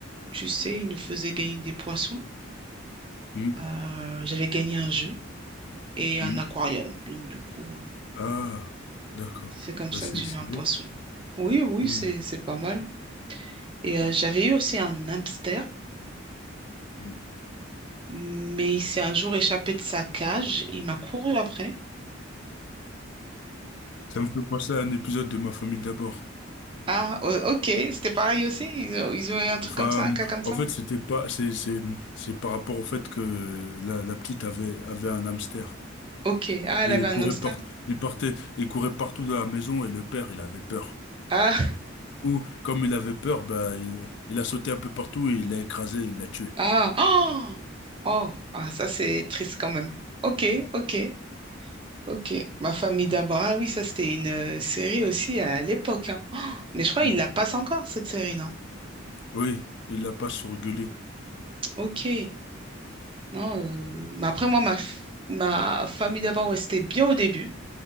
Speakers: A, on the right (about 25°); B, on the left (about 60°).
A: Tu sais, il nous faisait gagner des poissons.
B: Hmm,
A: Euh, j'avais gagné un jeu et
B: hmm.
A: un aquarium.
B: <laughs>
A: Donc, du coup, euh,
B: Ah, d'accord.
A: c'est comme
B: Bah,
A: ça
B: c'est
A: que j'ai
B: c'est
A: eu un
B: bien.
A: poisson. Oui, oui,
B: Hmm,
A: c'est, c'est pas mal. Et euh, j'avais eu aussi un hamster,
B: hmm.
A: mais il s'est un jour échappé de sa cage. Il m'a couru après.
B: Ça me fait penser à un épisode de Ma famille d'abord.
A: Ah, o- ok, c'était pareil aussi. Ils ont, ils ont eu un truc
B: Enfin,
A: comme ça, un cas comme ça.
B: en fait, c'était pas, c'est, c'est, c'est par rapport au fait que la, la petite avait, avait un hamster.
A: Ok, ah, elle
B: Et
A: avait
B: il courait
A: un hamster.
B: par, il partait, il courait partout dans la maison et le père, il avait peur.
A: Ah,
B: coup, comme il avait peur, bah, il, il a sauté un peu partout et il l'a écrasé, il l'a tué.
A: ah, oh, oh, ah, ça c'est triste quand même. Ok, ok, ok. Ma famille d'abord. Ah oui, ça c'était une euh, série aussi à l'époque. hein. Oh, mais je crois
B: Mm.
A: qu'ils la passent encore cette série, non?
B: Oui, il l'a pas surgulé.
A: Ok, non. euh, Mais après moi, ma, f- ma famille d'abord, ouais, c'était bien au début,